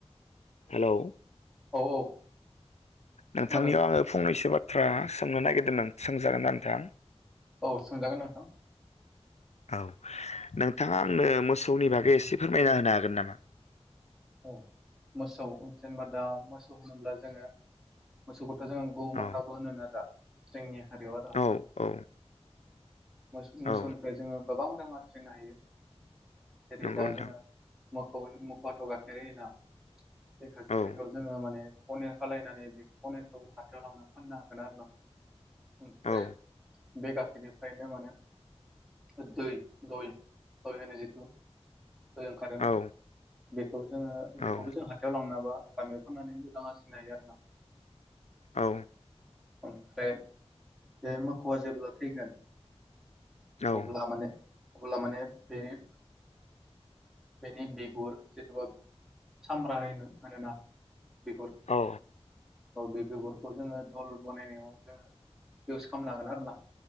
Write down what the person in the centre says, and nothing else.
औ औ
खोनादों
औ सोंजागोन नोंथां।
औ मोसौ जेनेबा दा मोसौ होनोब्ला जोङो मोसौखौथ' जों गौमाथाबो
होनोनो आरो जोंनि हारियाव आरो
मो-मोसौनिफ्राय
जोङो गोबां रां आरजिनो हायो। जेरै
दा
जोंङो मोखौ मोखौआथ' गाइखेर होयोना बे गाखिरखौ
जोंङो माने पनिर खालायनानै बे पनिरखौ हाथायाव लांनो फाननो हागोन आरो ना ओमफ्राय
बे गाखिरनिफ्रायनो माने दै दय दय होनो जिथु दय ओंखारो ना
बेखौ जोंङो बेखौबो
जों हाथायाव लांनाबा गामियाव फाननानै रां आरजिनो हायो आरोना
ओमफ्राय बे मोखौवआ जेब्ला थैगोन
अब्ला माने अब्ला माने बेनि बेनि बिगुर जेथ'बा सामब्र होनोना बिगुर।
औ बे बेगरखौ जोङो धल बानायनायाव जोङो इउस खालामनो हागोन आरो ना।